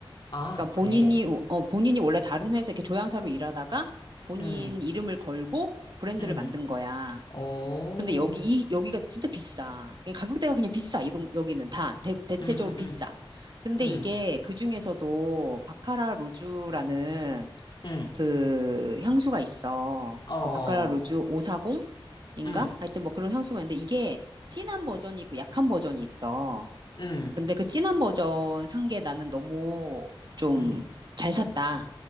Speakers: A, on the left; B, on the right.
A: 아,
B: 그러니까
A: 그래.
B: 본인이 어, 본인이 원래 다른 회사에 이렇게 조향사로 일하다가 본인
A: 응,
B: 이름을 걸고 브랜드를
A: 응,
B: 만든 거야.
A: 오,
B: 근데 여기 이 여기가 진짜 비싸. 그냥 가격대가 그냥 비싸. 이동 여기는 다 대, 대체적으로
A: 응, 응,
B: 비싸.
A: 응,
B: 근데
A: 응,
B: 이게 그 중에서도 바카라 루주라는
A: 응,
B: 그 향수가 있어.
A: 어,
B: 그 바카라 루주 540인가?
A: 응,
B: 하여튼 뭐 그런 향수가 있는데 이게 진한 버전이 있고 약한 버전이 있어.
A: 응,
B: 근데 그 진한 버전 산 게 나는 너무 좀
A: 응.
B: 잘 샀다.